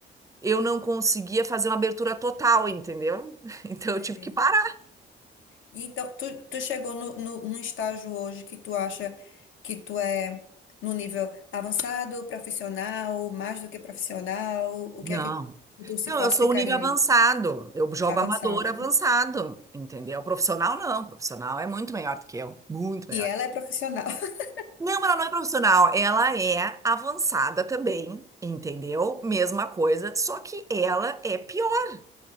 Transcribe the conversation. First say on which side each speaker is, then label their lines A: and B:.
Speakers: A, on the right; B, on the left.
A: eu não conseguia fazer uma abertura total, entendeu? <laughs> Então
B: entendi.
A: eu tive que parar.
B: E então, tu, tu chegou no, no, num estágio hoje que tu acha que tu é no nível avançado, profissional, mais do que profissional, o
A: Não.
B: que é que tu se
A: Não,
B: classificaria
A: eu sou um nível avançado.
B: aí?
A: Eu jogo
B: Avançado.
A: amador avançado, entendeu? Profissional não. Profissional é muito melhor do que eu. Muito melhor.
B: E ela é profissional, <laughs>
A: Não, ela não é profissional. Ela é avançada também, entendeu? Mesma coisa, só que ela é pior.